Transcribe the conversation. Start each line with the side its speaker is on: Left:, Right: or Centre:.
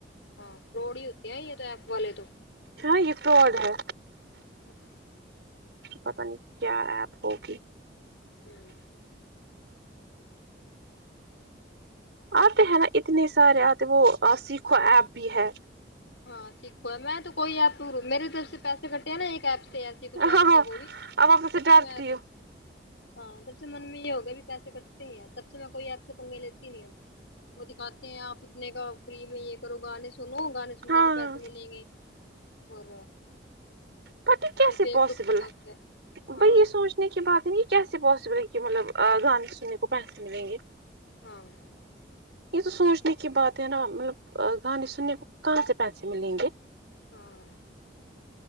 Left: ہاں کوڑی ہی ہوتی ہیں یہ تو ایپ والے تو
Right: کہا یہ فراڈ ہے
Left: <unintelligible>
Right: پتا نہیں کیا ایپ ہوگی
Left: ہمم
Right: اتے ہیں نا اتنے سارے اتے وہ سیکھو ایپ بھی ہے
Left: ہاں سیکھو ہے میں تو کوئی ایپ میرے طرف سے پیسے کٹے ہیں نا ایک ایپ سے کچھ ایپ
Right: ہاں ہاں
Left: تھی وہ بھی
Right: اب اپ تو سے
Left: تب
Right: ڈرتی
Left: میں تو ہاں تب سے من میں یہ ہو گیا بھی پیسے کٹتے ہیں تب سے میں کوئی ایپ سے پنگے لیتی ہی نہیں ہو وہ دکھاتے ہیں اپ اتنے کا فری میں یہ کرو گانے سنو گانے گھومنےکے
Right: ہاں
Left: پیسے ملیں گے اور
Right: پتا یہ کیسے
Left: صرف ایک
Right: پاسبل
Left: روپے کا ہوتا ہے ہاں
Right: ب یہ سونچ سن کی بات ہے کیسے پوسبل ہے کہ مطلب گانے سننے کو پیسے ملیں گے
Left: ہاں
Right: یہ تو سوچنے کی بات ہے نا مطلب گانے سننے کو کہاں سے پیسے ملیے گے
Left: ہاں